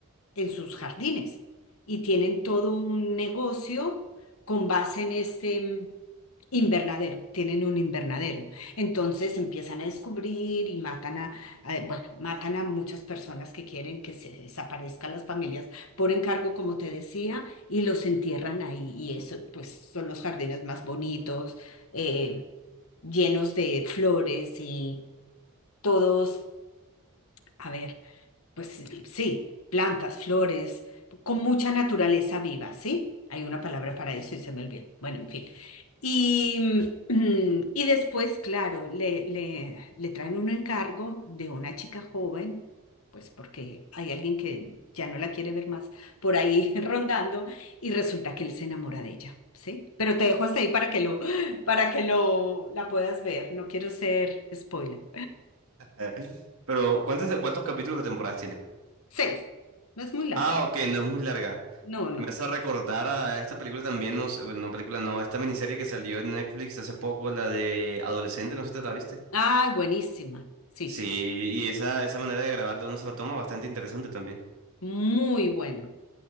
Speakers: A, on the left; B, on the right.
A: en sus jardines y tienen todo un negocio con base en este mm, invernadero, tienen un invernadero. Entonces empiezan a descubrir y matan a, a- bueno, matan a muchas personas que quieren que se desaparezcan las familias por encargo, como te decía, y los entierran ahí. Y eso, pues, son los jardines más bonitos. eh, llenos de flores y todos, a ver. Pues sí, plantas, flores, con mucha naturaleza viva, ¿sí? Hay una palabra para eso y se me olvidó. Bueno, en fin. Y, mm, <clears throat> y después, claro, le, le, le traen un encargo de una chica joven, pues porque hay alguien que ya no la quiere ver más por ahí <laughs> rondando y resulta que él se enamora de ella, ¿sí? Pero te dejo hasta ahí para que lo, para que lo, la puedas ver. No quiero ser spoiler.
B: Eh, Pero, ¿cuántos, cuántos capítulos o temporadas tiene?
A: Seis. No es muy larga.
B: Ah, ok, no es muy larga.
A: No, no.
B: Me hace recordar a esta película también, no sé, bueno, no película, no, esta miniserie que salió en Netflix hace poco, la de Adolescente, no sé si te la viste.
A: Ah, buenísima. Sí,
B: Sí,
A: sí, sí.
B: y esa, esa manera de grabar de una sola toma, bastante interesante también.
A: Muy buena.